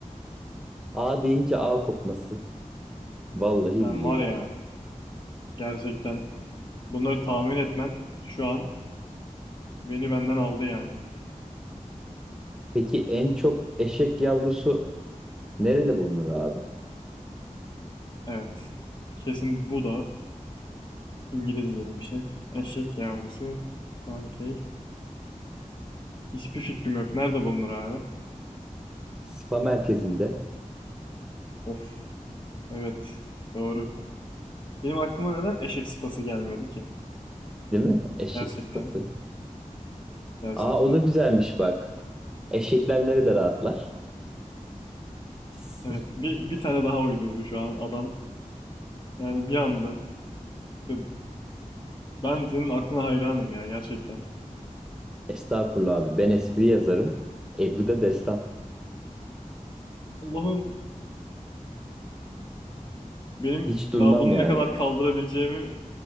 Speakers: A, in the centre; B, on the left (about 35°).
A: A deyince A kopması. Vallahi
B: Sen
A: billahi.
B: var ya gerçekten bunları tahmin etmen şu an beni benden aldı yani.
A: Peki en çok eşek yavrusu nerede bulunur abi?
B: Evet. Kesin bu da İngilizce'de bir şey. Eşek yavrusu. Donkey. Hiçbir fikrim yok. Nerede bulunur abi?
A: Spa merkezinde
B: Of. Evet. Doğru. Benim aklıma neden eşek sıpası gelmedi ki?
A: değil mi? Eşek
B: Gerçekten.
A: sıpası.
B: Gerçekten.
A: Aa o da güzelmiş bak. Eşekler nerede rahatlar? <laughs> S-
B: Evet. Bir, bir tane daha uydurdu şu an adam. Yani bir anda. İşte ben senin aklına hayranım ya gerçekten.
A: Estağfurullah abi. Ben espri yazarım. Ebru'da destan.
B: Allah'ım benim
A: Hiç durmam
B: daha bunu
A: yani.
B: ne kadar kaldırabileceğimi